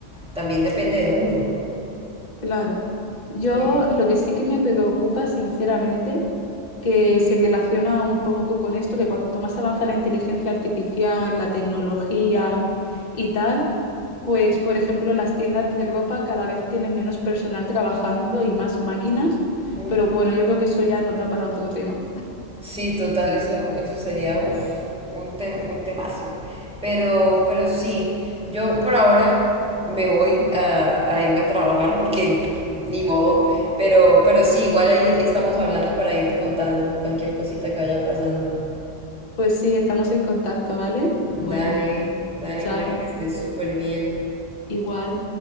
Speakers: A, in the centre; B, on the left.
A: también depende de uno.
B: Claro. Yo
A: Me
B: lo que sí que me preocupa, sinceramente, que se relaciona un poco con esto, que cuanto más avanza la inteligencia artificial, la tecnología y tal, pues, por ejemplo, las tiendas de ropa cada vez tienen menos personal trabajando y más máquinas,
A: gusta.
B: pero bueno, yo creo que eso ya nos da para otro tema.
A: Sí, total, eso, eso sería uf, un, te- un temazo. Pero, pero sí, yo por ahora me voy a, a irme a trabajar porque <laughs> ni modo. Pero, pero sí, igual ahí estamos hablando para irte contando cualquier cosita que vaya pasando.
B: Pues sí, estamos en contacto, ¿vale? Bueno,
A: Dale, dale,
B: chao,
A: Mari, que estés súper bien.
B: igual.